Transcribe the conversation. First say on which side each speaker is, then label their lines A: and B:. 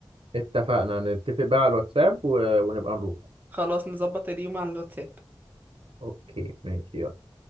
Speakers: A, on the right (about 75°); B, on the right (about 20°).
A: اتفقنا نتفق بقى على الواتساب و- ونبقى نروح
B: خلاص نظبط اليوم على الواتساب
A: اوكي ماشي يلا.